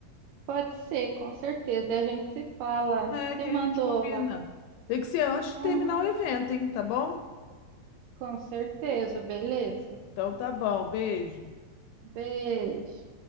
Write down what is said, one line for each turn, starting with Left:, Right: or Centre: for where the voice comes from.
Right: pode ser, com certeza. Daí a gente se fala,
Left: É, que
Right: te mandou
Left: a gente combina.
Right: lá.
Left: Tem que ser antes de
Right: Uhum,
Left: terminar o evento, hein? Tá bom?
Right: com certeza, beleza.
Left: Então tá bom, beijo.
Right: Beijo.